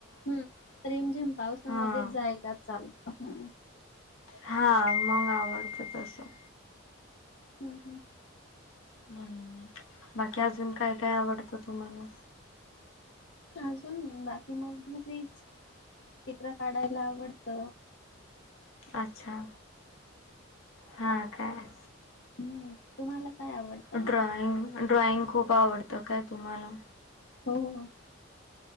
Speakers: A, on the left; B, on the left.
A: हम्म रिमझिम पावसामध्येच
B: हां
A: जाय का चालत ह
B: हां मग आवडतें तसं.
A: हम्म हम्म.
B: हम्म बाकी अजून काय काय आवडतं तुम्हाला.
A: अजून बाकी मधच चित्र काढायला आवडत.
B: अच्छा हा काय.
A: हम्म तुम्हाला. काय आवडतं
B: ड्रॉइंग
A: आणि
B: ड्रॉइंग खूप आवडतं काय तुम्हाला
A: हो.